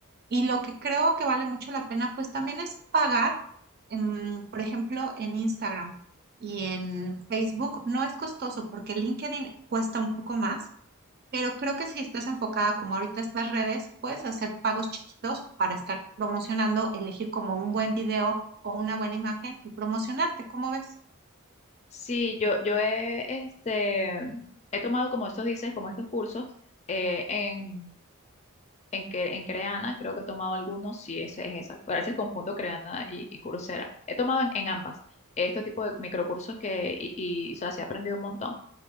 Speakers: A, on the right; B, on the left.
A: Y lo que creo que vale mucho la pena, pues también es pagar, en, por ejemplo, en Instagram y en Facebook. No es costoso porque LinkedIn cuesta un poco más pero creo que si estás enfocada como ahorita estas redes, puedes hacer pagos chiquitos para estar promocionando, elegir como un buen video o una buena imagen y promocionarte, ¿cómo ves?
B: Sí, yo, yo he, este, he tomado como estos dices, como estos cursos eh, en, en, que, en Creana, creo que he tomado algunos, sí, ese es esa, a veces confundo Creana y, y Coursera. He tomado en, en ambas este tipo de microcursos que, y, y, o sea, sí he aprendido un montón.